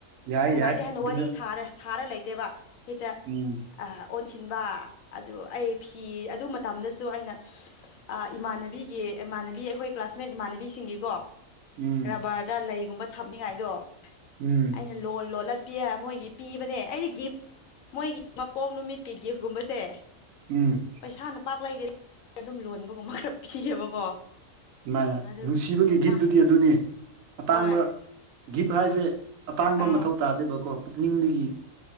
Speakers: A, on the right (about 85°); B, on the left (about 85°).
A: ꯌꯥꯏ
B: ꯅꯨꯡꯉꯥꯏꯇꯦ
A: ꯌꯥꯏ
B: ꯍꯥꯏꯟꯅ
A: ꯑꯗꯨꯁꯨ
B: ꯋꯥꯔꯤ ꯁꯥꯔ ꯁꯥꯔ ꯂꯩꯇꯦꯕ ꯍꯦꯛꯇ
A: ꯎꯝ
B: ꯑ ꯑꯣꯟꯁꯤꯟꯕ ꯑꯗꯨ ꯑꯩ ꯐꯤ ꯑꯗꯨ ꯃꯇꯝꯗꯁꯨ ꯁꯨ ꯑꯩꯅ ꯏꯃꯥꯟꯅꯕꯤꯒꯤ ꯏꯃꯥꯟꯅꯕꯤ ꯑꯩꯈꯣꯏ ꯀ꯭ꯂꯥꯁꯃꯦꯠ ꯏꯃꯥꯟꯅꯕꯤꯁꯤꯡꯒꯤꯀꯣ
A: ꯎꯝ
B: ꯕꯥꯔꯗ ꯂꯩꯒꯨꯝꯕ ꯊꯝꯅꯤꯉꯥꯏꯗꯣ
A: ꯎꯝ
B: ꯑꯩꯅ ꯂꯣꯟ ꯂꯣꯜꯂꯠꯄꯤꯔ ꯃꯣꯏꯒꯤ ꯄꯤꯕꯅꯦ ꯑꯩꯗꯤ ꯒꯤꯐ ꯃꯣꯏꯒꯤ ꯃꯄꯣꯛ ꯅꯨꯃꯤꯠꯀꯤ ꯒꯤꯐꯀꯨꯝꯕꯁꯦ
A: ꯎꯝ
B: ꯄꯩꯁꯥꯅ ꯄꯥꯛ ꯂꯩꯗꯦ ꯑꯗꯨꯝ ꯂꯣꯟꯕꯒꯨꯝꯕ ꯈꯔ ꯄꯤꯌꯦꯕꯀꯣ
A: ꯑꯗꯨꯃꯥꯏꯅ
B: ꯑꯗꯨ
A: ꯅꯨꯡꯁꯤꯕꯒꯤ ꯒꯤꯐꯇꯨꯗꯤ
B: ꯃꯥ
A: ꯑꯗꯨꯅꯤ ꯑꯇꯥꯡꯕ
B: ꯍꯣꯏ
A: ꯒꯤꯞ ꯍꯥꯏꯁꯦ ꯑꯇꯥꯡꯕ
B: ꯑꯥ
A: ꯃꯊꯧ ꯇꯥꯗꯦꯕꯀꯣ ꯄꯨꯛꯅꯤꯡꯗꯒꯤ